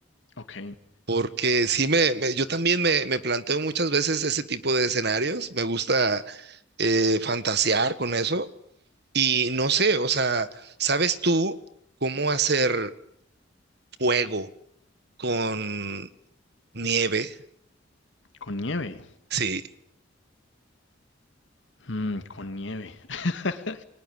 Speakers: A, on the left; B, on the right.
A: Ok,
B: porque sí me, me- yo también me, me planteo muchas veces ese tipo de escenarios. Me gusta eh, fantasear con eso. Y no sé, o sea, ¿sabes tú cómo hacer fuego con nieve?
A: con nieve.
B: Sí,
A: Mm, con nieve. <laughs>